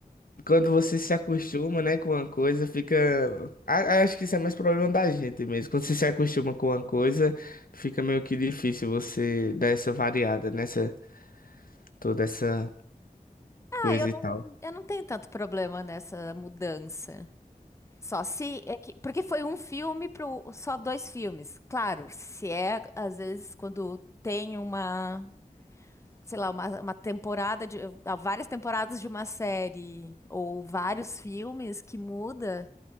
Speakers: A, on the left; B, on the left.
A: Quando você se acostuma, né, com uma coisa, fica. A- Acho que isso é mais problema da gente mesmo. Quando você se acostuma com uma coisa, fica meio que difícil você dar essa variada nessa, toda essa
B: Ah,
A: coisa
B: eu
A: e
B: não,
A: tal.
B: eu não tenho tanto problema nessa mudança. Só se é que, porque foi um filme pro só dois filmes. Claro, se é às vezes quando tem uma, sei lá, uma, uma temporada de ah, várias temporadas de uma série ou vários filmes que muda.